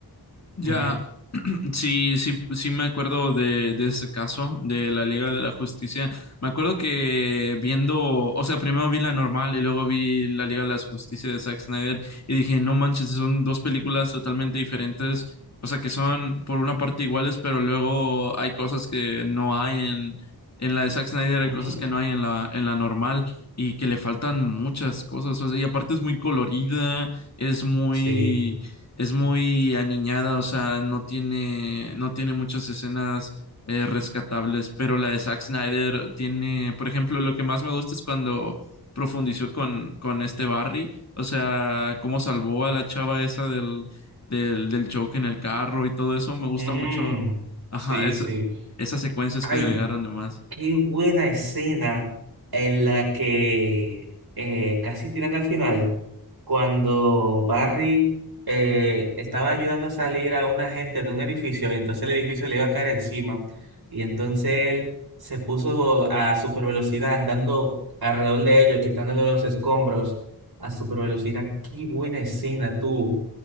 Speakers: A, on the left; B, on the right.
A: Ya,
B: Ujú,
A: <clears throat> sí, sí, sí me acuerdo de, de ese caso de la Liga de la Justicia. Me acuerdo que viendo, o sea, primero vi la normal y luego vi la Liga de la Justicia de Zack Snyder y dije, no manches, son dos películas totalmente diferentes, o sea, que son por una parte iguales, pero luego hay cosas que no hay en, en la de Zack Snyder,
B: ujú,
A: hay cosas que no hay en la, en la normal y que le faltan muchas cosas, o sea, y aparte es muy colorida, es muy
B: Sí.
A: es muy aniñada, o sea, no tiene, no tiene muchas escenas eh, rescatables, pero la de Zack Snyder tiene, por ejemplo, lo que más me gusta es cuando profundizó con, con este Barry, o sea, cómo salvó a la chava esa del, del, del choque en el carro y todo eso, me gusta
B: Mm,
A: mucho, ajá,
B: sí,
A: esa-
B: sí.
A: esas secuencias
B: Ay.
A: que agregaron además.
B: Qué buena escena en la que eh, casi tiran al final, cuando Barry eh, estaba ayudando a salir a una gente de un edificio y entonces el edificio le iba a caer encima y entonces él se puso a super velocidad andando alrededor de ellos, quitándole los escombros a super velocidad. Qué buena escena tú,